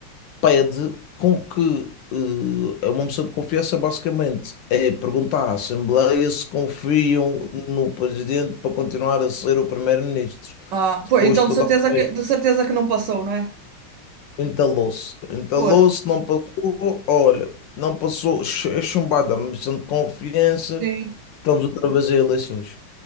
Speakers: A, on the left (about 70°); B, on the right (about 75°).
A: pede com que eh, é uma moção de confiança basicamente é perguntar à Assembleia se confiam no presidente para continuar a ser o primeiro-ministro.
B: Ah,
A: Depois
B: pois, então
A: toda
B: de certeza
A: a
B: que,
A: festa
B: de certeza que não passou, não é?
A: entalou-se. Entalou-se,
B: Pois,
A: não passou, olha, não passou, ch- é chumbada, a moção de confiança,
B: sim.
A: estamos outra vez em eleições.